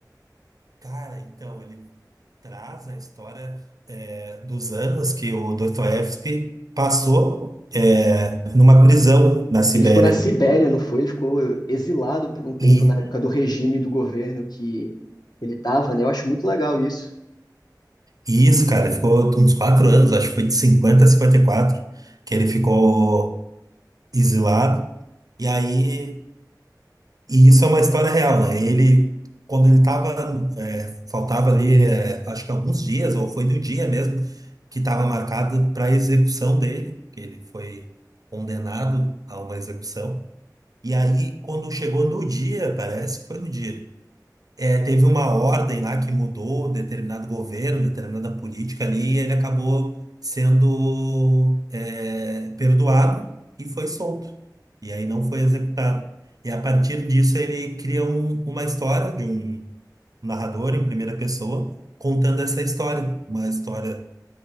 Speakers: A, on the right (about 55°); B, on the left (about 65°).
A: Cara, então, ele traz a história é, dos anos que o Dostoiévski passou é, numa prisão na Sibéria.
B: Ele ficou na Sibéria, não foi? Ele ficou exilado por um tempo
A: E,
B: na época do regime do governo que ele estava, né? Eu acho muito legal isso.
A: e isso, cara, ficou uns quatro anos, acho que foi de 50 a 54 que ele ficou exilado. E aí E isso é uma história real, né? Ele, quando ele tava, é, faltava ali, é, acho que alguns dias, ou foi no dia mesmo, que estava marcado para a execução dele, que ele foi condenado a uma execução. E aí, quando chegou no dia, parece que foi no dia, é, teve uma ordem lá que mudou determinado governo, determinada política ali, e ele acabou sendo é, perdoado e foi solto. E aí não foi executado. E a partir disso ele cria um- uma história de um narrador em primeira pessoa contando essa história, uma história